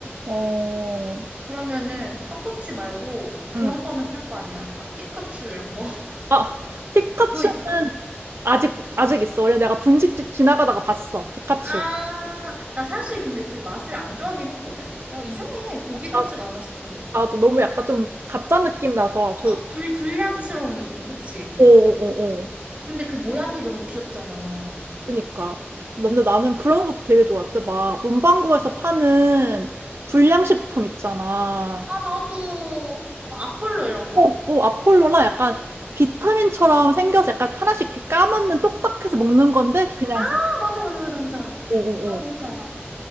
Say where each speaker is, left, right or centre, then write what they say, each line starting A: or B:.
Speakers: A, on the right; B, on the right.
A: 어,
B: 그러면은 떡꼬치 말고 그런
A: 응.
B: 거는 팔 거 아니야. 막 피카츄 이런 거. <laughs>
A: 아, 피카츄는
B: 그거 있어?
A: 아직, 아직 있어. 원래 내가 분식집 지나가다가 봤어. 피카츄.
B: 아, 나 사실 근데 그 맛을 안 좋아하긴 했거든? 야, 이상해. 고기 같지가
A: 아,
B: 않았어.
A: 나도 너무 약간 좀 가짜 느낌 나서 저,
B: 어, 불, 불량스러운 느낌, 그치?
A: 어어어어.
B: 근데 그 모양이 너무 귀엽잖아.
A: 그니까. 근데 나는 그런 것도 되게 좋았대. 막 문방구에서 파는 불량식품 있잖아.
B: 아, 나도. 막 아폴로 이런 거.
A: 어, 어, 아폴로라 약간 비타민처럼 생겨서 약간 하나씩 이렇게 까먹는 똑딱해서 먹는 건데 그냥
B: 아, 맞아, 맞아, 맞아, 맞아.
A: 어, 어,
B: 아, 뭔지
A: 어.
B: 알아.